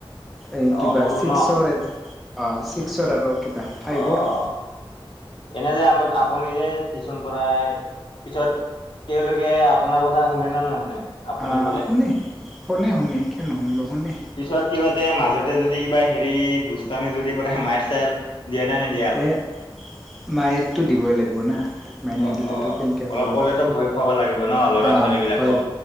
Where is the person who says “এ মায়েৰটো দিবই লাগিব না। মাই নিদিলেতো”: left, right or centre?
Centre